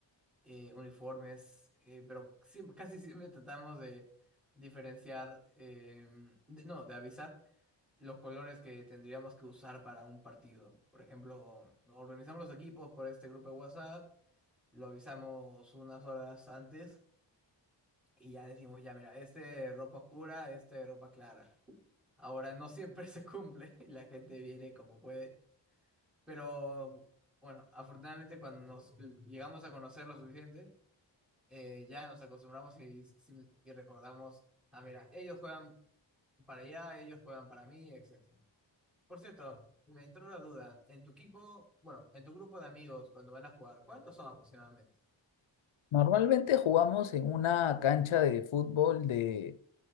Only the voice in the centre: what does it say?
eh, uniformes, eh, pero siempre, casi siempre tratamos de diferenciar, em, de- no, de avisar los colores que tendríamos que usar para un partido. Por ejemplo, organizamos los equipos por este grupo de WhatsApp, lo avisamos unas horas antes y ya decimos, ya mira, este ropa oscura, este ropa clara. Ahora no siempre <laughs> se cumple, la gente viene como puede. Pero bueno, afortunadamente cuando nos llegamos a conocer lo suficiente, eh, ya nos acostumbramos y, sí, y recordamos, ah, mira, ellos juegan para allá, ellos juegan para mí, etcétera. Por cierto, me entró la duda, en tu equipo, bueno, en tu grupo de amigos cuando van a jugar, ¿cuántos son aproximadamente?